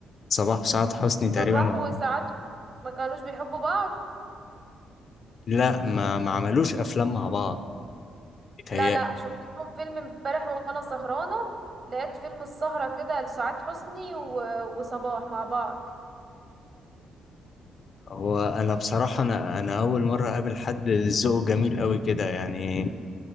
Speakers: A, on the left (about 50°); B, on the right (about 45°).
A: صباح وسعاد حسني تقريبا
B: صباح
A: ما-
B: وسعد ما كانوش بيحبوا بعض
A: لا ما ما عملوش افلام مع بعض بيتهيألي
B: لا لا شفت لهم فيلم امبارح وانا سهرانه لقيت فيلم السهره كده لسعاد حسني و... وصباح مع بعض
A: هو انا بصراحة انا انا اول مرة اقابل حد ذوقه جميل قوي كده يعني